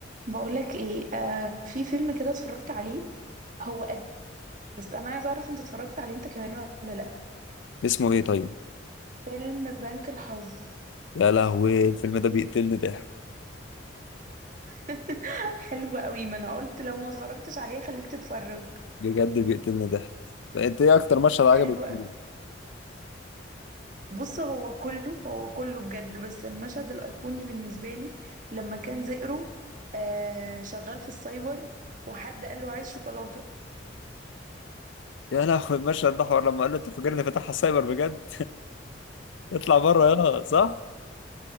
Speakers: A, on the right (about 45°); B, on the left (about 80°).
A: بقولك ايه آه في فيلم كده اتفرجت عليه هو قديم بس انا عايزه اعرف انت اتفرجت عليه انت كمان ولا لا
B: اسمه ايه طيب
A: فيلم بنك الحظ
B: يا لهوي الفيلم ده بيقتلني ضحك
A: <laughs> حلو قوي ما انا قلت لو ما اتفرجتش عليه خليك تتفرج
B: بجد بيقتلني ضحك انت ايه اكتر مشهد عجبك
A: حلو
B: فيه
A: قوي بص هو كله هو كله بجد بس المشهد الايقوني بالنسبه لي لما كان زئرو آه شغال في السايبر وحد قال له عايز شوكولاته
B: يا لهوي المشهد ده حوار لما قال له انت فاكرني فاتحها سايبر بجد اطلع بره يا صح